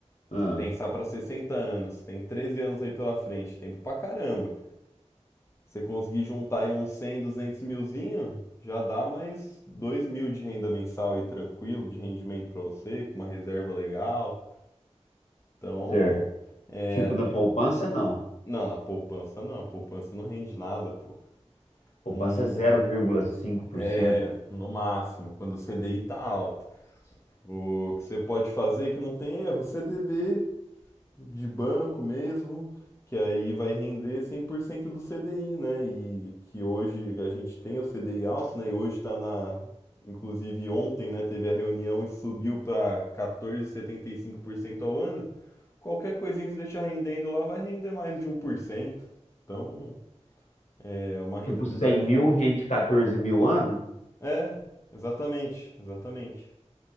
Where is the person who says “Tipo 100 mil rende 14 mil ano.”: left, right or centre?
Left